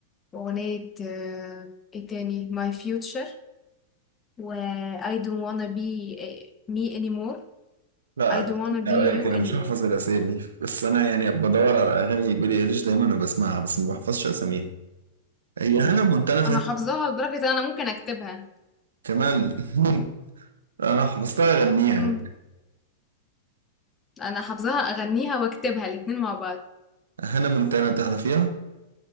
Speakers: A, on the left; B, on the right.
A: وأغنية آه، ايه تاني My Future و I don't wanna be me anymore
B: لا
A: I don't
B: كتير
A: wanna be
B: عليا
A: you
B: كده
A: anymore
B: مش هحفظ الأسامي بس أنا يعني بدور على أغاني بيلي إيليش دايما وبسمعها بس ما بحفظش أساميها هي هانا مونتانا فين
A: أنا حافظاها لدرجة إن أنا ممكن أكتبها
B: كمان <laughs> أنا حفظتها أغنيها
A: مم. أنا حافظاها أغنيها وأكتبها الاتنين مع بعض
B: هانا مونتانا تعرفيها؟